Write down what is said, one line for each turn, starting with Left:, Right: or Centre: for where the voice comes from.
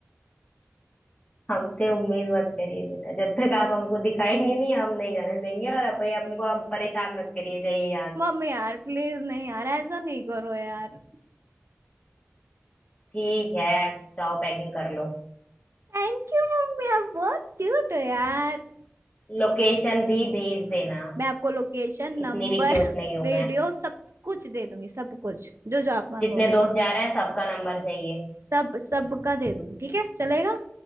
Left: हमसे उम्मीद मत करिए बेटा जब तक आप हमको दिखाएंगे नहीं हम नहीं जाने देंगे और आप हमको आप परेशान मत करिए जाइए यहाँ से
Right: मम्मी यार प्लीज नहीं यार ऐसा नहीं करो यार
Left: ठीक है जाओ पैकिंग कर लो
Right: थैंक यू मम्मी आप बहुत क्यूट हो यार
Left: लोकेशन भी भेज देना
Right: मैं आपको लोकेशन
Left: इतनी
Right: नंबर
Left: भी क्यूट नहीं हूं
Right: वीडियो
Left: मैं
Right: <laughs> सब कुछ दे दूंगी सब कुछ जो जो आप मांगोगे
Left: जितने दोस्त जा रहे हैं सबका नंबर चाहिए
Right: सब सब का दे दूंगी ठीक है चलेगा